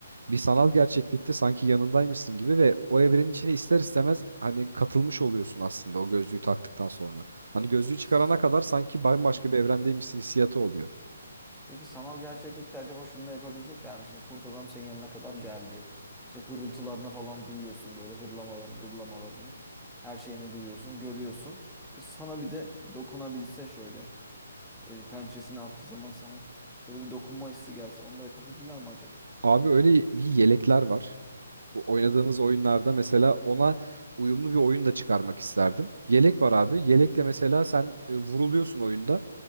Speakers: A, on the right (about 65°); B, in the centre.
A: bir sanal gerçeklikte sanki yanındaymışsın gibi ve o evrenin içine ister istemez hani katılmış oluyorsun aslında o gözlüğü taktıktan sonra. Hani gözlüğü
B: Peki.
A: çıkarana
B: s-
A: kadar sanki bambaşka
B: Aha.
A: bir evrendeymişsin hissiyatı oluyor.
B: Peki sanal gerçeklikte acaba şunu da yapabilecekler mi? Şimdi kurt adam senin yanına kadar geldi. İşte hırıltılarını falan duyuyorsun. Böyle hırlamalarını, gırlamalarını. Her şeyini duyuyorsun, görüyorsun. Ve sana bir de dokunabilse şöyle. El pençesini attığı zaman sana böyle bir dokunma hissi gelse. Onu da yapabilirler mi acaba?
A: Abi öyle bir yelekler var. Bu oynadığımız
B: Hı hı.
A: oyunlarda mesela ona uyumlu bir oyun da çıkarmak isterdim. Yelek var abi. Yelekle mesela sen e, vuruluyorsun oyunda.